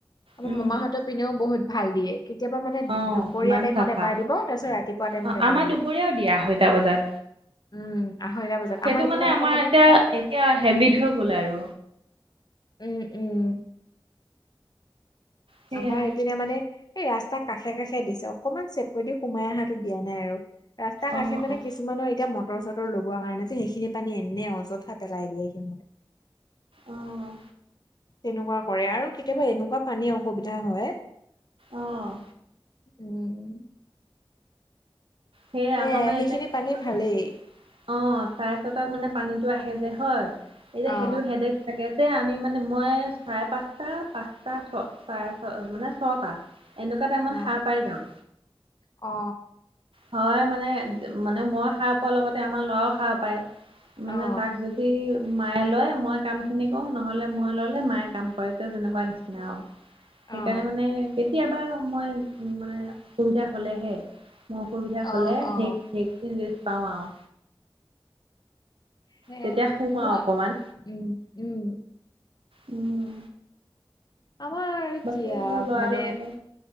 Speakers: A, on the left; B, on the right.
A: আমাৰ
B: উম,
A: মামাহঁতৰ পিনেও বহুত ভাল দিয়ে। কেতিয়াবা মানে
B: অ',
A: দুপৰীয়া
B: ইমান
A: টাইমত
B: চাফা
A: এবাৰ দিব তাৰপিছত ৰাতিপুৱা টাইমত
B: অ',
A: এবাৰ
B: আমাৰ
A: দিয়ে।
B: দুপৰীয়াও দিয়া আঢ়ৈটা বজাত
A: উম আঢ়ৈটা বজাত
B: সেইটো
A: আমাৰ ইপিনে আকৌ মানে।
B: এতিয়া এতিয়া হেবিট হৈ গ'ল আৰু
A: উম উম।
B: সেয়া
A: আমাৰ এইপিনে মানে এই ৰাস্তা কাষে কাষে দিছে অকনমান চেপ দি সোমাই অহাটো দিয়া নাই আৰু। ৰাস্তাৰ কাষে
B: অ',
A: মানে
B: অ',
A: কিছুমানৰ এতিয়া মটৰ চটৰ লগোৱা কাৰণে যে সেইখিনি পানী এনে অযথা। পেলাই দিয়েহি।
B: অ',
A: তেনেকুৱা কৰে আৰু কেতিয়াবা এনেকুৱা পানী অসুবিধা হয়।
B: অ',
A: উম।
B: সেই
A: সেয়াই
B: আমৰ মানে
A: সেইখিনি
B: এতিয়া,
A: পানী ভালেই
B: অ চাৰে ছটাত মানে পানীতটো আহে যে হয়, এতিয়া
A: অ
B: সেইটো হেডক তাকে যে আমি মানে মই চাৰে পাঁচটা পাঁচটা ছ চাৰে, মানে ছটা এনেকুৱা টাইমত
A: অ
B: সাৰ পাই যাওঁ।
A: অ।
B: হয় মানে মানে মই সাৰ পোৱাৰ লগতে আমাৰ ল'ৰাও সাৰ পায়।
A: অ
B: মানে তাক যদি, সি মায়ে লয় মই কাম খিনি কৰো নহলে মই ললে মায়ে কাম কৰে, ত তেনেকুৱা নিচিনা আৰু। সেইকাৰণে
A: অ
B: মানে, কেতিয়াবা মই উ মানে অসুবিধা হলেহে। মোৰ অসুবিধা হ'লে,
A: অ অ
B: সেই সেইখিনি ৰেষ্ট পাওঁ আৰু
A: সে,
B: তেতিয়া শুওঁ
A: মই
B: আৰু অকণমান
A: উম উম।
B: উম।
A: আমাৰ
B: বাকী
A: কি
B: আৰু
A: আও
B: ল'ৰাৰ
A: মানে,
B: লগতে